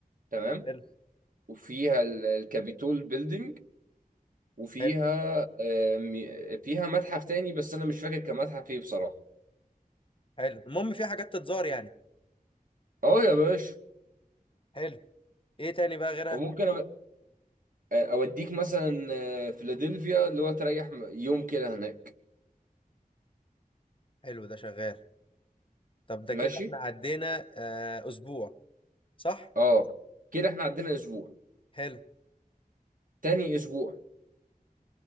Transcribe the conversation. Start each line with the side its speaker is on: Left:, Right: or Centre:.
Right: تمام
Left: حلو
Right: وفيها ال- الكابيتول بيلدينج وفيها
Left: حلو
Right: آه، مي- فيها متحف تاني بس انا مش فاكر كان متحف ايه بصراحه
Left: حلو المهم في حاجات تتزار يعني
Right: اه يا باشا
Left: حلو ايه تاني بقى غيرها
Right: وممكن أ- اوديك مثلا آه، فيلادلفيا اللي هو تريح م- يوم كده هناك
Left: حلو ده شغال طب ده
Right: ماشي
Left: كده احنا عدينا آه، اسبوع صح
Right: اه كده احنا عندنا اسبوع
Left: حلو
Right: تاني اسبوع